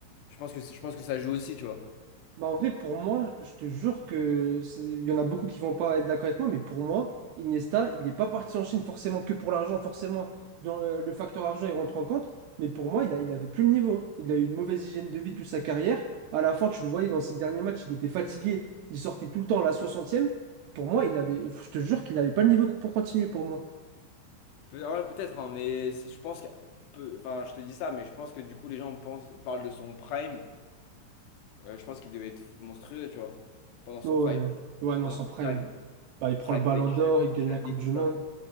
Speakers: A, on the left; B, on the right.
A: Je pense que, c'est- je pense que ça joue aussi, tu vois.
B: Bah en vrai, pour moi, je te jure que c'est- il y en a beaucoup qui vont pas être d'accord avec moi, mais pour moi, Iniesta, il n'est pas parti en Chine forcément que pour l'argent, forcément, dans euh, le facteur argent, il rentre en compte, mais pour moi, il a, il avait plus le niveau. Il a eu une mauvaise hygiène de vie toute sa carrière. À la fin, tu le voyais dans ses derniers matchs, il était fatigué, il sortait tout le temps à la 60e. Pour moi, il avait, je te jure qu'il n'avait pas le niveau pour continuer pour moi.
A: Peut- ouais, peut-être, hein, mais c'est- je pense que. peu- Enfin, je te dis ça, mais je pense que du coup, les gens pensent, parlent de son prime. Euh, je pense qu'il devait être monstrueux, tu vois, pendant son
B: Oh,
A: prime.
B: ouais, ouais, non,
A: Pendant
B: sans
A: son
B: prime.
A: prime.
B: Bah, il prend
A: Prime
B: le ballon
A: avec Xavi,
B: d'or, il gagne
A: Xavi,
B: la Coupe
A: tout
B: du
A: ça.
B: Monde.